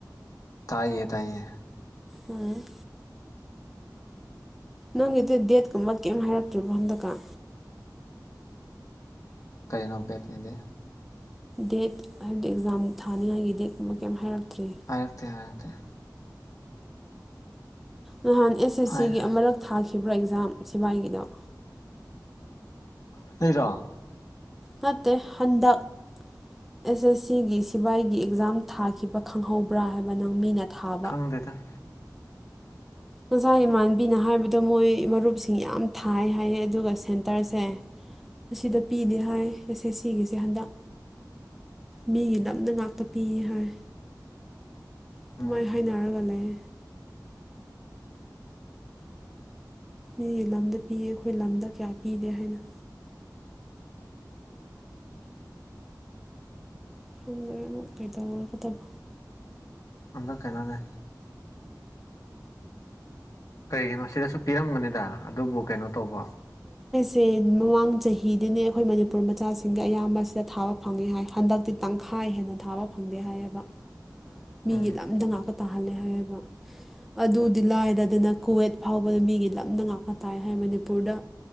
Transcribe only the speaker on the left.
ꯇꯥꯏꯌꯦ ꯇꯥꯏꯌꯦ
ꯀꯩꯅꯦ ꯕꯦꯠ ꯑꯗꯤ
ꯍꯥꯏꯔꯛꯇꯦ ꯍꯥꯏꯔꯛꯇꯦ
ꯍꯥꯏ
<unintelligible>
ꯈꯪꯗꯦꯗ
ꯎꯝ
ꯑꯝꯗ ꯀꯅꯥꯅ ꯀꯩꯒꯤꯅꯣ ꯁꯤꯗꯁꯨ ꯄꯤꯔꯝꯒꯅꯤꯗ ꯑꯗꯨꯕꯨ ꯀꯩꯅꯣ ꯇꯧꯕ
ꯎꯝ